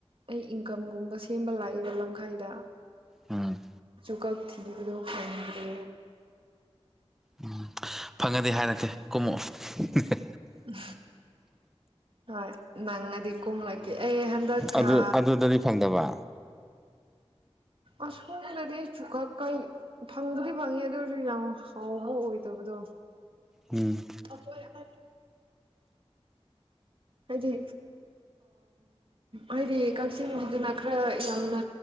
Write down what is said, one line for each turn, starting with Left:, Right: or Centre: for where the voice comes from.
Right: ꯑꯩ ꯏꯟꯀꯝꯒꯨꯝꯕ ꯁꯦꯝꯕ ꯂꯥꯛꯏꯕ ꯂꯝꯈꯥꯏꯗ
Centre: ꯎꯝ
Right: ꯑꯗꯨꯈꯛ ꯊꯤꯕꯗꯣ ꯐꯪꯗ꯭ꯔꯦ
Centre: ꯎꯝ ꯐꯪꯉꯗꯤ ꯍꯥꯏꯔꯛꯀꯦ ꯀꯨꯝꯃꯛꯑꯣ
Right: ꯎꯝ ꯍꯣꯏ ꯅꯪꯉꯗꯤ ꯀꯨꯝꯂꯛꯀꯦ ꯑꯩ ꯍꯟꯗꯛ ꯊꯥ
Centre: ꯑꯗꯨ ꯑꯗꯨꯗꯗꯤ ꯐꯪꯗꯕ
Right: ꯑꯁ ꯁꯣꯝꯗꯗꯤ ꯑꯩ ꯆꯨꯀꯛ ꯀꯛꯏ ꯐꯪꯕꯨꯗꯤ ꯐꯪꯅꯤ ꯑꯗꯨ ꯑꯣꯏꯔꯁꯨ ꯌꯥꯝ ꯍꯥꯎꯕ ꯑꯣꯏꯗꯕꯗꯣ
Centre: ꯎꯝ
Right: ꯑꯈꯣꯏ ꯑ ꯂ ꯍꯥꯏꯗꯤ ꯍꯥꯏꯗꯤ ꯀꯥꯛꯆꯤꯡꯒꯤꯗꯅ ꯈꯔ ꯌꯥꯝꯅ